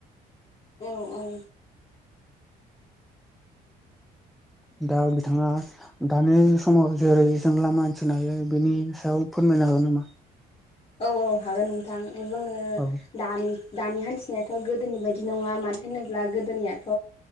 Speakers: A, on the left; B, in the centre.
A: औ औ।
B: दा बिथाङा। दानि समाव जेरै जों लामा हान्थिनो हायो बेनि सायाव फोरमायनो हागोन नामा
A: औ औ हागोन नोंथां जोङो
B: औ
A: दानि दानि हान्थिनायाथ' गोदोनि बायदि नंला मानो होनोब्ला गोदोनियाथ'